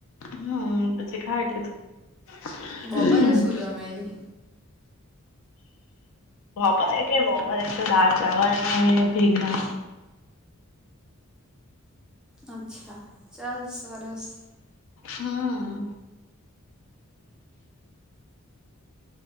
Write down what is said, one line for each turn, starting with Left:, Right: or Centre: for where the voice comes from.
Left: હમ્મ, પછી ખાય લીધું.
Centre: બપોરે શું જમેલી
Left: બપોરે કહે, બપોરે તો દાળ ચાવલ ને ભીંડા.
Centre: અચ્છા. ચાલ સરસ.
Left: હમ્મ.